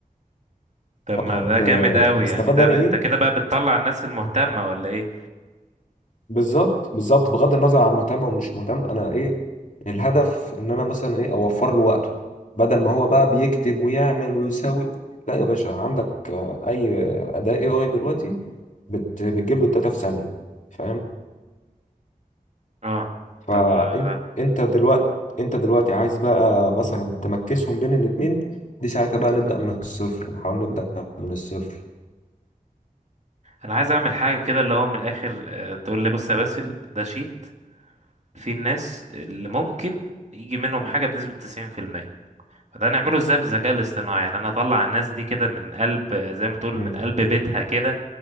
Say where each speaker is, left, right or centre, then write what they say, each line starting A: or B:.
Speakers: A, on the right; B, on the left.
A: طب
B: طب
A: ما ده جامد
B: آه،
A: قوي
B: هستفاد
A: يعني ده
B: انا
A: ب... انت
B: ايه
A: كده بقى بتطلع الناس المهتمة ولا ايه
B: بالظبط بالظبط بغض النظر عن مهتم او مش مهتم انا ايه الهدف ان انا مثلا ايه اوفر له وقته بدل ما هو بقى بيكتب ويعمل ويسوي لا يا باشا عندك آه، اي اداة اي اي دلوقتي بت بتجيب له الداتا في ثانية فاهم
A: اه
B: فانت
A: طب آه،
B: انت دلوقتي انت دلوقتي عايز بقى مثلا تمكسهم بين الاتنين دي ساعتها بقى نبدأ من الصفر نحاول نبدأ من الصفر
A: انا عايز اعمل حاجه كده اللي هو من الاخر آه، تقول لي بص يا باسل ده شيت في الناس اللي ممكن يجي منهم حاجه بنسبه 90% فده نعمله ازاي بالذكاء الاصطناعي يعني انا اطلع الناس دي كده من قلب آه، زي ما تقول
B: امم
A: من قلب بيتها كده